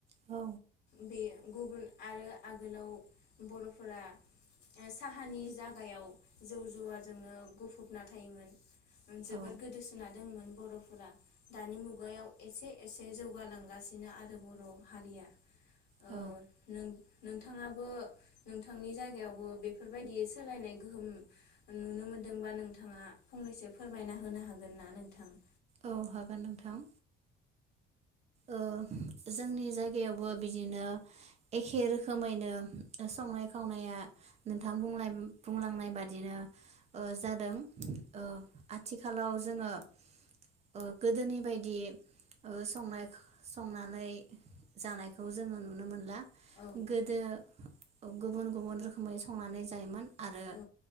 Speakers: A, on the right; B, on the left.
A: औ।
B: बे गुबुन आरो आगोलाव बरफोरा ओ साहानि जाग गायाव जौ जुवाजोंनो गुफुब नाथायोमोन। ओ जोबोद
A: औ
B: गोदोसोना दंमोन। बरफोरा दानि मुगायाव एसे एसे जौगालांगासिनो आरो बर हारिया ओ
A: औ
B: नों नोंथाङाबो नोंथांनि जायगायावबो बेफोरबायदि सोलायनाय गोहोम नुनो मोनदोंबा नों नोंथाङा फंनैसो फोरमायना होनो हागोन ना नोंथां?
A: औ हागोन नोंथां। ओ जोंनि जायगायावबो बिदिनो एखे रोखोमैनो संनाय खावनाया नोंथां बुंनाय बुंलांनाय बादिनो ओ जादों ओ आथिखालाव जोङो ओ गोदोनि बायदि ओ संनाय संनानै जानायखौ जोङो नुनो मोनला
B: औ
A: गोदो गुबुन गुबुन रोखोमै संनानै जायोमोन आरो
B: औ